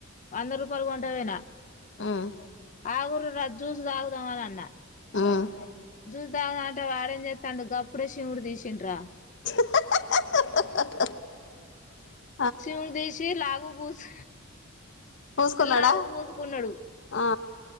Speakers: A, on the left (about 40°); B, on the left (about 60°).
A: వంద రూపాయలు కొంట పోనా
B: ఉమ్
A: ఆగురు రా జ్యూస్ తాగుదాం అని అన్న
B: ఉమ్
A: జూస్ దాగుదాం అంటే వాడేం చేస్తాండు గప్పుడే షీమిడి తీసిండ్రా
B: హ హా హ హ హా
A: చీమిడి తీసి లాగుకు పోస్
B: పూసుకున్నాడా
A: లాగుకు పూసుకున్నాడు
B: ఆ